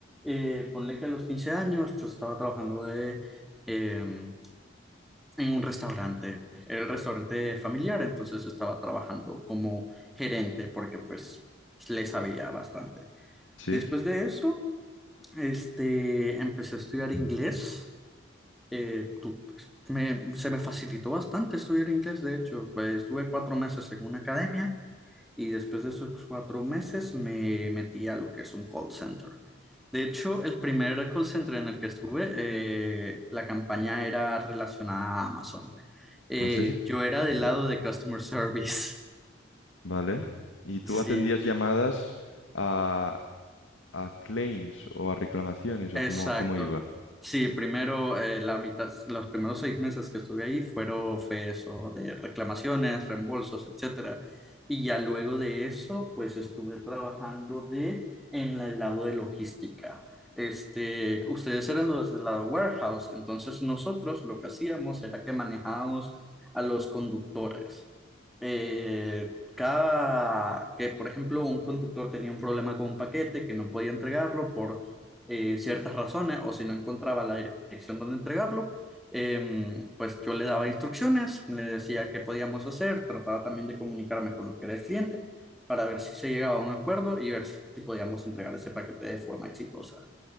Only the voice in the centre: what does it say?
Eh, ponle que a los 15 años yo estaba trabajando de, em, en un restaurante, era el restaurante familiar, entonces estaba trabajando como gerente porque pues le sabía bastante.
Después de eso, este, empecé a estudiar inglés. Eh, tu- me- se me facilitó bastante estudiar inglés, de hecho, pues, estuve cuatro meses en una academia y después de esos cuatro meses me metí a lo que es un call center. De hecho, el primer call center en el que estuve, eh, la campaña era relacionada a Amazon. Eh,
yo era del
lado de customer service.
<laughs> Sí.
Exacto.
Sí, primero, eh, la mitad, los primeros seis meses que estuve ahí fueron, fue eso de reclamaciones, reembolsos, etcétera. Y ya luego de eso, pues estuve trabajando de, en el lado de logística. Este, ustedes eran los de la warehouse, entonces nosotros lo que hacíamos era que manejábamos a los conductores. Eh, cada que, por ejemplo, un conductor tenía un problema con un paquete que no podía entregarlo eh, ciertas razones o si no encontraba la dirección donde entregarlo, eh, pues yo le daba instrucciones, le decía qué podíamos hacer, trataba también de comunicarme con lo que era el cliente para ver si se llegaba a un acuerdo y ver si podíamos entregar ese paquete de forma exitosa.